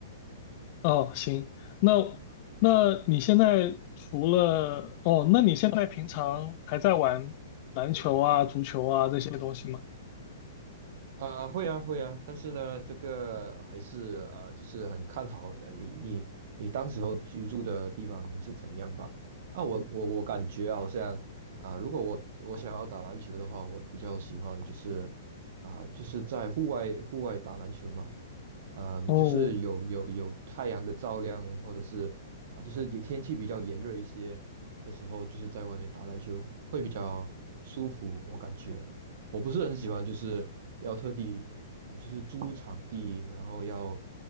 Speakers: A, on the left (about 35°); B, on the right (about 45°).
A: 哦行，那那你现在除了，哦，那你现在平常还在玩篮球啊、足球啊这些东西吗？
B: 啊、会啊，会啊，但是呢，这个还是呃，就是很看好的你你你当时候居住的地方是怎样吧？啊，我我我感觉好像啊、如果我我想要打篮球的话，我比较喜欢就是啊、就是在户外户外打篮球嘛，嗯、
A: 哦
B: 就是有有有太阳的照亮，或者是啊、就是也天气比较炎热一些的时候，就是在外面打篮球会比较舒服，我感觉。我不是很喜欢，就是要特地啊、就是租场地，然后要